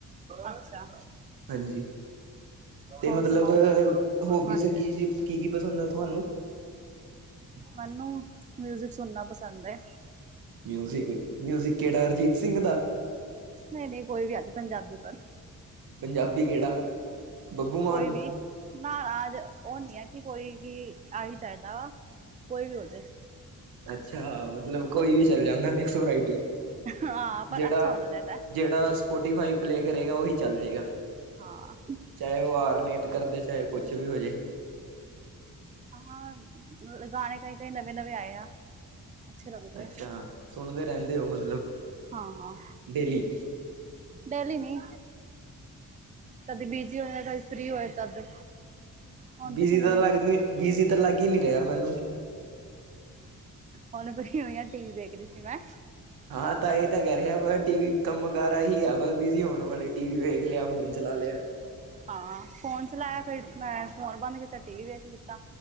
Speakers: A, on the right; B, on the right.
A: ਅੱਛਾ,
B: ਹਾਂਜੀ, ਤੇ
A: ਹੋਰ
B: ਮਤਲਬ
A: ਸੁਣਾਓ
B: ਹੋਬੀਜ਼
A: ਹਾਂਜੀ
B: ਕੀ ਸੀ। ਕੀ, ਕੀ, ਪਸੰਦ ਹੈ ਤੁਹਾਨੂੰ?
A: ਮੈਨੂੰ, ਮਿਊਜਿਕ ਸੁਣਨਾ, ਪਸੰਦ ਹੈ।
B: ਮਿਊਜ਼ਿਕ, ਮਿਊਜਿਕ ਕਿਹੜਾ, ਹਰਜੀਤ ਸਿੰਘ ਦਾ।
A: ਨਹੀਂ ਨਹੀਂ, ਕੋਈ ਵੀ, ਅੱਜ ਪੰਜਾਬੀ, ਬਸ।
B: ਪੰਜਾਬੀ, ਕਿਹੜਾ, ਬੱਬੂ ਮਾਨ।
A: ਕੋਈ ਵੀ ਨਹਾਣਾ <inaudible> ਅਜ ਉਹ ਨੀ ਆ। ਕਿ ਕੋਈ ਵੀ ਆ ਹੀ ਚਾਹੀਦਾ, ਵਾ ਕੋਈ ਵੀ ਹੋਜੇ।
B: ਅੱਛਾ, ਮਤਲਬ ਕੋਈ ਵੀ ਚੱਲ ਜਾਂਦਾ ਹੈ। Mix, variety.
A: ਹਾਂ ਪਰ
B: ਜਿਹੜਾ,
A: ਅੱਛਾ ਹੋਣਾ ਚਾਹੀਦਾ
B: ਜਿਹੜਾ ਸਪੋਟੀਫਾਈ ਪਲੇਅ ਕਰੇਂਗਾ। ਉਹੀ, ਚੱਲ ਜਾਏਗਾ।
A: ਹਾਂ
B: ਚਾਹੇਂ ਉਹ, ਆਰਨੀਤ ਕਰਦੇ ਚਾਹੇ, ਕੁਛ ਵੀ ਹੋਜੇ।
A: ਹਾਂ, ਗਾਣੇ ਕਈ ਕਈ, ਨਵੇਂ ਨਵੇਂ, ਆਏ ਆ। ਅੱਛੇ ਲੱਗਦੇ
B: ਅੱਛਾ, ਸੁਣਦੇ ਰਹਿੰਦੇ ਹੋ, ਮਤਲਬ।
A: ਹਾਂ।
B: ਡੇਲੀ
A: ਡੇਲੀ ਨੀ, ਕਦੀ ਬਿਜੀ ਹੋਏ, ਕਦੀ ਫਰੀ ਹੋਏ। ਤਦ ਹੁਣ
B: ਬਿਜੀ
A: ਕਿੰਨੇ
B: ਤਾਂ
A: ਦਿਨ
B: ਲੱਗਦੀ
A: ਹੋ ਗਏ
B: ਬੀਜੀ ਤਾਂ, ਲੱਗ ਹੀ ਨਹੀ ਰਿਹਾ ਮੈਨੂੰ।
A: ਹੁਣ ਫਰੀ ਹੋਈ ਆ ਟੀ ਵੀ ਦੇਖ ਰਹੀ ਸੀ ਮੈਂ।
B: ਹਾਂ, ਤਾਂ ਇਹ ਤਾਂ ਕਹਿ ਰਹੇ ਆ ਟੀ ਵੀ ਕੰਮ ਕਰ ਆਹੀ ਆ ਬਿਜੀ ਹੋਣ ਵਾਲੇ ਹੀ ਹੈ। ਟੀ, ਵੀ ਵੇਖ ਲਿਆ, ਫੋਨ ਚਲਾ ਲਿਆ।
A: ਹਾਂ, ਫੋਨ ਚਲਾਇਆ ਫਿਰ ਮੈਂ, ਫੋਨ ਬੰਦ ਕੀਤਾ ਟੀ ਵੀ ਵੇਖ ਲੀਤਾ